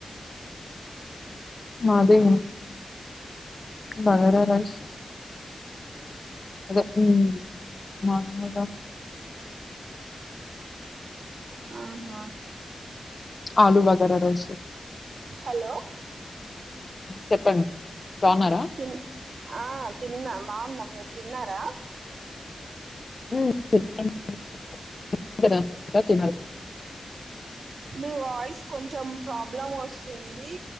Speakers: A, on the left (about 40°); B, on the right (about 80°).
A: మాదే బాగారా రైస్ అదే ఉం మన్నగా
B: ఆవ్నా
A: ఆలూ బాగారా రైస్
B: హలో
A: చెప్పండి బాగున్నారా
B: తిన్ ఆ తిన్నా బాగున్నమ్ మీర్ తిన్నారా
A: <inaudible>
B: మీ వాయిస్ కొంచెం ప్రాబ్లం ఓస్తుంది